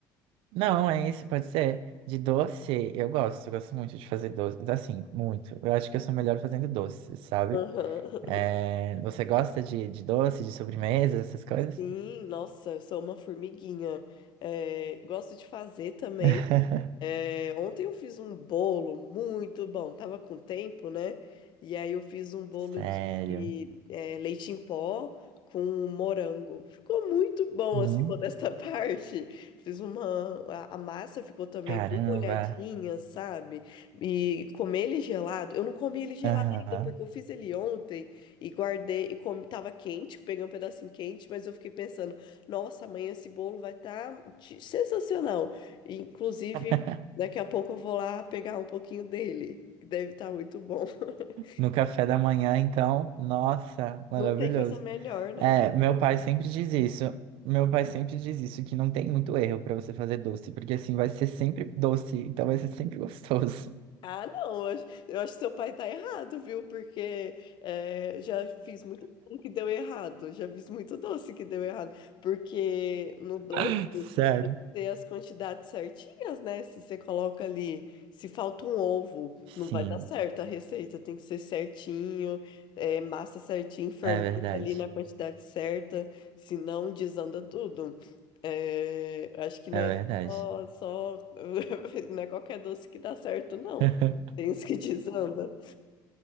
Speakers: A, on the right; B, on the left.
A: Não, é isso, pode ser. De doce, eu gosto, eu gosto muito de fazer doce, assim, muito. Eu acho que eu sou melhor fazendo doce, sabe?
B: Aham.
A: É,
B: <laughs>
A: você gosta de, de doce, de sobremesa, essas coisas?
B: Sim, nossa, eu sou uma formiguinha. É, gosto de fazer também.
A: <laughs>
B: É, ontem eu fiz um bolo muito bom, tava com tempo, né? E aí eu fiz um bolo
A: Sério.
B: de é, leite em pó com morango. Ficou muito bom,
A: Hum.
B: assim, <laughs> modesta parte. Fiz uma. A, a massa ficou também
A: Caramba.
B: bem molhadinha, sabe? E comer ele gelado. Eu não comi ele gelado
A: Aham.
B: ainda, porque eu fiz ele ontem e guardei. E comi, tava quente, peguei um pedacinho quente, mas eu fiquei pensando, nossa, amanhã esse bolo vai estar sensacional. Inclusive.
A: <laughs>
B: Daqui a pouco eu vou lá pegar um pouquinho dele, que deve estar muito bom. <laughs>
A: No café da manhã, então, nossa, maravilhoso.
B: Não tem coisa melhor, né?
A: É, meu pai sempre diz isso. Meu pai sempre diz isso, que não tem muito erro pra você fazer doce, porque assim vai ser sempre doce, então vai ser sempre gostoso.
B: Ah, não, eu acho, eu acho que seu pai tá errado, viu? Porque é, já fiz muito doce que deu errado, já fiz muito doce que deu errado. Porque no doce,
A: <laughs> Sério.
B: ter as quantidades certinhas, né? Se você coloca ali, se falta um ovo,
A: Sim,
B: não vai dar certo a receita, tem que ser certinho, é, massa certinho, fermenta
A: é verdade.
B: ali na quantidade certa, senão desanda tudo. É, acho que
A: É
B: não é
A: verdade.
B: só, só- <laughs> não é qualquer doce que dá certo, não.
A: <laughs>
B: Tem os que desanda.